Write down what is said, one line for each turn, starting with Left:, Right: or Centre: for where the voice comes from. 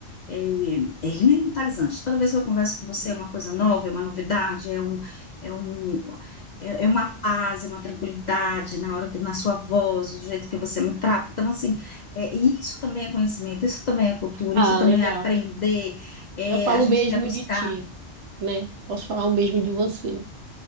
Left: é, é revitalizante. Toda vez que eu converso com você é uma coisa nova, é uma novidade, é um, é um, é é uma paz, é uma tranquilidade na hora que, na sua voz, do jeito que você me trata. Então, assim, é, isso também é conhecimento, isso também é cultura,
Right: Ah,
Left: isso também
Right: legal.
Left: é aprender. É,
Right: Eu falo
Left: a gente
Right: o mesmo
Left: quer buscar.
Right: de ti, né? Posso falar o mesmo de você.